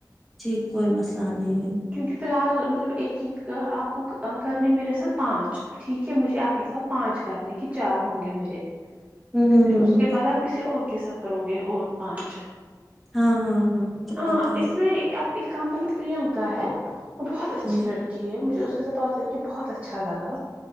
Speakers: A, in the centre; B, on the right.
A: ٹھیک کوئی مسئلہ نہیں
B: کیونکہ فی الحال مطلب ایک ایک آپ کو کرنے میرے ساتھ پانچ ٹھیک کہ مجھے آپ کے ساتھ پانچ کرنے کے چار ہوں گے میرے
A: ہ ہ
B: پھر
A: ہ
B: اس
A: ہ
B: کے بعد آپ کسی اور قست کرو گے اور پانچ
A: ہاں ہاں مجھے
B: ہاں
A: پتا ہے
B: اس میں آپ ایک کام پل پرینکا ہے وہ بہت اچھی
A: ہاں
B: لڑکی ہے مجھے اس کے سے بات کر کے بہت اچھا لگا